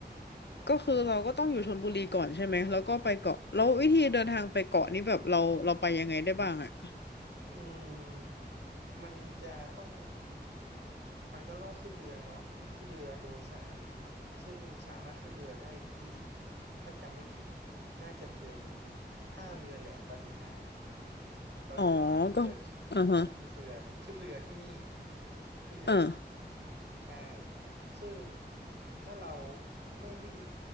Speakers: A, on the left; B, on the right.
A: ก็คือเราก็ต้องอยู่ชลบุรีก่อนใช่ไหมแล้วก็ไปเกาะแล้ววิธีเดินทางไปเกาะนี้แบบเราเราไปยังไงได้บ้างอ่ะ
B: อืมมันจะต้อง มันจะต้องขึ้นเรือเนาะหรือขึ้นเรือโดยสารซึ่งสามารถขึ้นเรือได้ที่ถ้าจำไม่ผิดน่าจะเป็นท่าเรือแหลมบาลีไฮเราจะไปขึ้นเครือที่
A: อ๋อก็อ่าฮะ
B: ขึ้นเครือขึ้นเรือที่นี่ขึ้นเรือที่นี่
A: อ่า
B: ใช่ซึ่งถ้าเราไม่รีบ